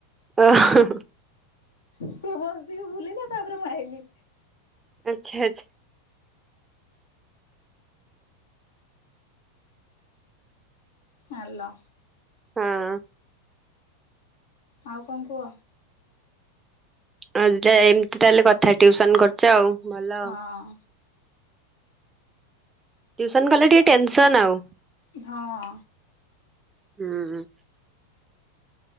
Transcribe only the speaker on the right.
ଓ ହୋ
ଆଚ୍ଛା ଆ୍ଛା
ହଁ
ଆଉ ଯା ଏମିତି ତାହେଲେ କଥା ଟ୍ୟୁସନ କରୁଛ ଆଉ ଭଲ ଆଉ।
ଟ୍ୟୁସନ କଲେ ଟିକେ ଟେନସନ୍ ଆଉ।
ହୁଁ।